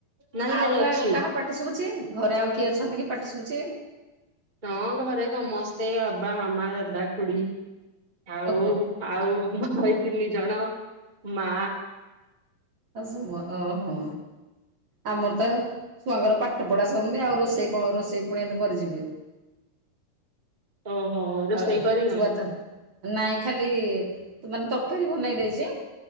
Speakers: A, on the right; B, on the right.
A: ନାଇଁ
B: ଆଉ
A: ନାଇଁ
B: କା
A: ଅଛି
B: କାହା ପାଟ୍ ଟି ଶୁଭୁଚି ଘରେ ଆଉ କିଏ ଅଛନ୍ତି କି ପାଟି ଶୁଭୁଛି।
A: ହଁ ଘରେ ସମସ୍ତେ ବାବା ମାମା ଦାଦା ଖୁଡି ଆଉ
B: ଓହୋ
A: ଆଉ ମୋ ଭାଇ ତିନି ଜଣ ମା
B: ଅ ଶୁ ମ ଅ ହୋ। ଆମର ତେ ଛୁଆଙ୍କର ପାଠ ପଢା ସର୍ନି ଆଉ ରୋଷେଇ କଣ ରୋଷେଇ ପୁଣି ଏଇନା କରିଯିବେ।
A: ଓହୋ। ରୋଷେଇ
B: ଆଉ
A: କରିନ
B: ଛୁଆତେ ନାଇଁ ଖାଲି ତୁ ମାନେ ତର୍କାରୀ ବନେଇ ଦେଇଚି